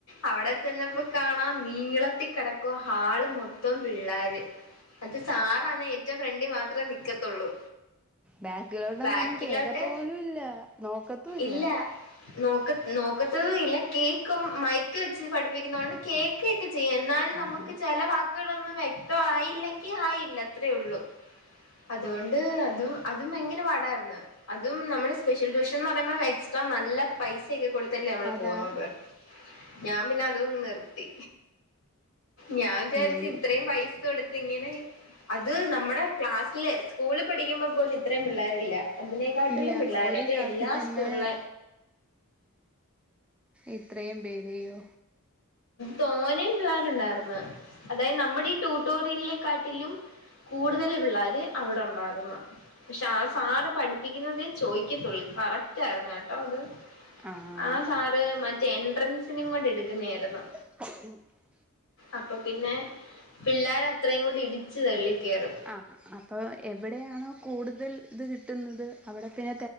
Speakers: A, on the left; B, in the centre.
A: അവിടെ ചെന്നപ്പോ കാണാ നീളത്തി കെടക്കുവ ഹാള് മൊത്ത മൊത്തം പിള്ളോര് അത് സാറാാണ് ഏറ്റ ഫ്രണ്ട് മാത്രമേ നിക്കത്തുള്ളൂ
B: ബാക്കിലോട്ടന്ന
A: ബാക്കിലോട്ട്
B: ഒന്നും കേക്കത്തോലും ഇല്ല നോക്കത്തൂല്ല.
A: ഇല്ല നോക്ക നോക്കത്തതും ഇല്ല കേക്കും മൈക്ക് വെച്ച് പഠിപ്പിക്കുന്നോണ്ട് കേക്ക ഒക്കെ ചെയ്യും എന്നാലും നമുക്ക്
B: ആഹ്
A: ചെലവാ മക്കടൊന്നും വ്യക്തയില്ലെങ്കിൽ ആയില്ല അത്രേ ഉള്ളൂ അതുകൊണ്ട് അതും അതും ഭയങ്കര പാടായിര്ന്ന് അതും നമ്മള് സ്പെഷ്യൽ ട്യൂഷൻ എന്ന് പറയുമ്പോ എക്സ്ട്രാ നല്ല പൈസയൊക്കെ കൊടുത്തിട്ടല്ലേ നമ്മള്
B: അതാ
A: പോവുന്നത്. ഞാൻ പിന്നെ അത നിർത്തി ഞാൻ വിചാരിച്ച
B: ഏയ്
A: ഇത്രയും പൈസ ടുത്തിങ്ങനെ അത് നമ്മുടെ ക്ലാസ്സില്സ്കൂള പഠിക്കുമ്പോ പോലും ഇത്രയും പിള്ളേരില്ല. അതിനെക്കാട്ടിലും
B: ഇല്ല
A: പിള്ളോരൊക്കെ
B: ഒരു ക്ലാസ്സിൽ
A: എല്ലാ
B: തന്നെ
A: സ്കൂളില
B: ഇത്രയും പേരെയോ
A: തോനും പിള്ളേരുണ്ടായിന്ന് അതായത് നമ്മുടെ ഈ ട്യൂട്ടോറിയലിനെക്കാട്ടിലും കൂടുതൽ പിള്ളോര് അവിടെ ഉണ്ടായിര്ന്നു പക്ഷെ ആ സാര പഠിപ്പിക്കുന്നുന്നത് ചോദിക്കത്തുള്ളൂ കറക്റ്റ് ആയിരുന്നു കേട്ടോ അത്
B: ആഹ്
A: ആ സാറ് മറ്റേ എൻട്രൻസിനും കൊണ്ട് എടുക്കുന്നായിരുന്നു
B: <inaudible>
A: അപ്പൊ പിന്നെ പിള്ളേർ അത്രയും കൂടി ഇടിച്ചു തള്ളി കേറും
B: ആഹ് അപ്പൊ എവിടെയാണോ കൂടുതൽ ഇത് കിട്ടുന്നത് അവിടെ പിന്നെ